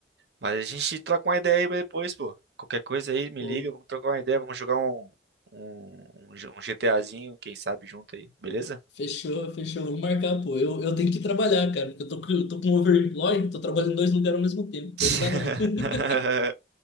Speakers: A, on the right (about 70°); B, on the left (about 80°).
A: Mas a gente troca uma ideia aí depois, pô. Qualquer coisa aí, me
B: Pô,
A: liga, vamos trocar uma ideia, vamos jogar um, um, um G- um GTAzinho, quem sabe, junto aí, beleza?
B: fechou, fechou. Vamos marcar, pô. Eu, eu tenho que trabalhar, cara. Porque eu tô, com- eu tô com overemploy, tô trabalhando em dois lugares ao mesmo tempo.
A: <laughs>
B: Daí não dá, não. <laughs>